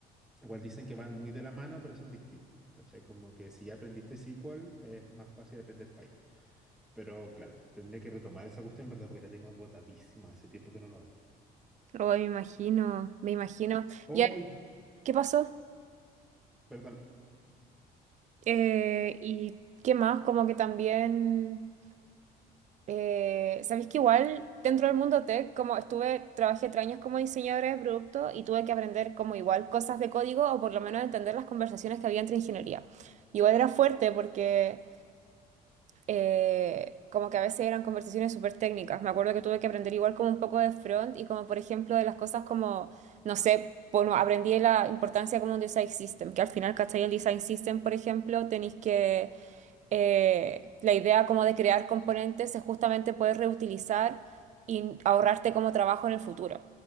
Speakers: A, in the centre; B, on the right.
A: Igual dicen que van muy de la mano, pero son distintos, ¿cachai? Como que si ya aprendiste SQL, es más fácil aprender Python. Pero claro, tendré que retomar esa cuestión, ¿verdad? Porque la tengo botadísima, hace tiempo que no la hago.
B: Oh, me imagino, me imagino.
A: ¡Uy!
B: ¿Y qué pasó?
A: Perdón.
B: Eh, ¿y qué más? Como que también. Eh, sabéis que igual dentro del mundo tech, como estuve, trabajé tres años como diseñadora de producto y tuve que aprender como igual cosas de código o por lo menos entender las conversaciones que había entre ingeniería. Igual era fuerte porque eh, como que a veces eran conversaciones súper técnicas. Me acuerdo que tuve que aprender igual como un poco de front y como por ejemplo de las cosas como, no sé, bueno, aprendí la importancia como un design system, que al final, ¿cachai? El design system, por ejemplo, tenéis que eh, la idea como de crear componentes es justamente poder reutilizar y ahorrarte como trabajo en el futuro.